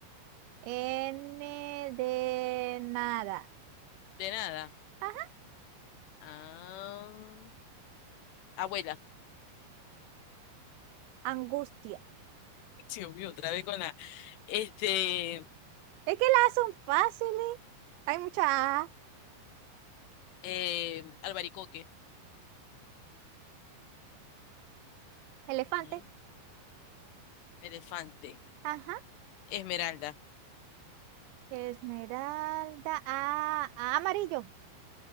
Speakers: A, on the right (about 80°); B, on the left (about 75°).
A: N de nada.
B: de nada.
A: Ajá.
B: Ah, abuela. <laughs>
A: Angustia.
B: Sí, obvio, otra vez con la. Este,
A: Es que las son fáciles. Hay mucha A.
B: eh, albaricoque.
A: Elefante.
B: Ujú. Elefante.
A: Ajá.
B: Esmeralda.
A: Esmeralda. A. A amarillo.